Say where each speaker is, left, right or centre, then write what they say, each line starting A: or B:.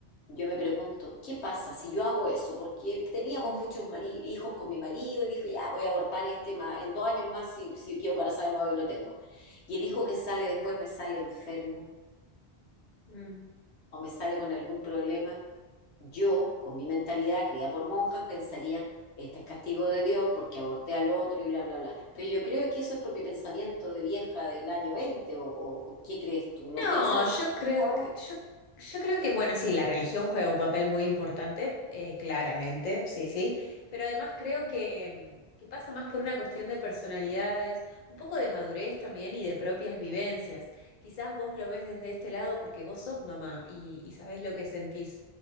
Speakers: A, on the left; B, on the left.
A: yo me pregunto, ¿qué pasa si yo hago eso? Porque teníamos muchos mari- hijos con mi marido y dijo, ya voy a abortar este ma- en dos años más si, si quedo embarazada de nuevo y lo tengo. Y el hijo que sale después me sale enfermo
B: mm.
A: o me sale con algún problema. Yo, con mi mentalidad criada por monjas, pensaría, este es castigo de Dios porque aborté al otro y bla, bla, bla. Pero yo creo que eso es por mi pensamiento de vieja del año 20 o, o- o ¿qué crees tú? ¿No
B: No,
A: piensan así
B: yo creo
A: ahora?
B: que, yo, yo creo que, bueno, sí, la religión juega un papel muy importante, eh, claramente, sí, sí, pero además creo que, que pasa más por una cuestión de personalidades, un poco de madurez también y de propias vivencias. Quizás vos lo ves desde este lado porque vos sos mamá y, y sabés lo que sentís